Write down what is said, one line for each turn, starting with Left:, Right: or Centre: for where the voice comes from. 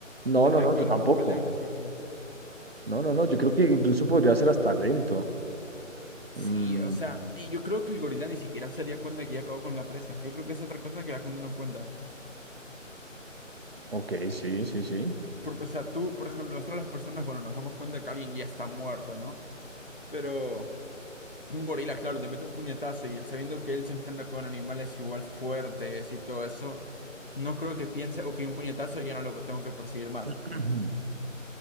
Right: No,
Left: Tendría
Right: no, no,
Left: que
Right: yo
Left: ver
Right: tampoco.
Left: cómo pelean los gorilas.
Right: No, no, no, yo creo que incluso podría ser hasta lento. Mm,
Left: Sí, o sea, y yo creo que el gorila ni siquiera se daría cuenta de que ya acabó con la presa. Yo creo que es otra cosa que la gente no cuenta.
Right: ok, sí, sí, sí.
Left: Porque, o sea, tú, por ejemplo, nosotros las personas, bueno, nos damos cuenta que alguien ya está muerto, ¿no? Pero... Un gorila, claro, le mete un puñetazo y él sabiendo que él se enfrenta con animales igual fuertes y todo eso, no creo que piense, ok, un puñetazo ya no lo tengo que perseguir más.
Right: <clears throat>